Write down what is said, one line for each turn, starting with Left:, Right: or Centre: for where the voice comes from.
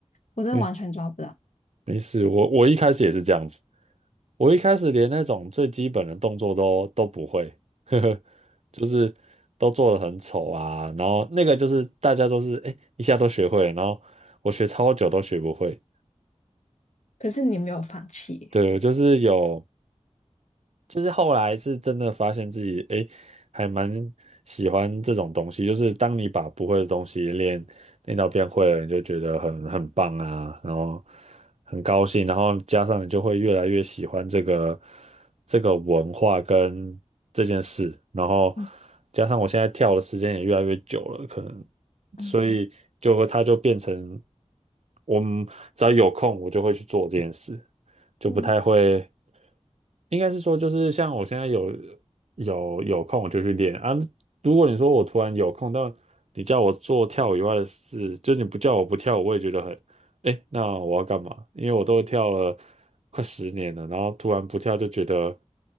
Left: 我真的完全抓不到，
Right: 没没事，我我一开始也是这样子，我一开始连那种最基本的动作都都不会，<laughs> 呵呵，就是都做得很丑啊，然后那个就是大家都是哎、诶一下都学会了，然后我学超久都学不会。
Left: 可是你没有放弃耶
Right: 对，我就是有就是后来是真的发现自己，诶，还蛮喜欢这种东西。就是当你把不会的东西练练到变会了，你就觉得很很棒啊，然后很高兴，然后加上你就会越来越喜欢这个这个文化跟这件事，然后
Left: 嗯
Right: 加上我现在跳的时间也越来越久了，可能
Left: 嗯。
Right: 所以就会它就变成我们只要有空，我就会去做这件事。就不太会。
Left: 嗯，
Right: 应该是说，就是像我现在有有有空，我就去练啊。如果你说我突然有空，但你叫我做跳舞以外的事，就你不叫我不跳舞，我也觉得很，哎，那我要干嘛？因为我都跳了快十年了，然后突然不跳就觉得，